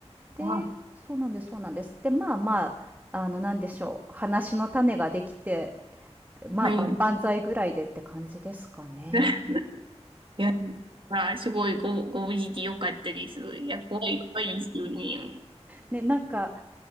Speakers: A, on the right; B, on the right.
A: でそうなんですそうなんです。
B: あ、
A: で、まあまあ、あの、なんでしょう、話の種ができて、まあ、
B: はい。
A: 万々歳ぐらいでって感じですかね。
B: <laughs> いや、まあ、すごいご、ご無事でよかったです。いや、怖い、怖いですよね。
A: ね、なんか、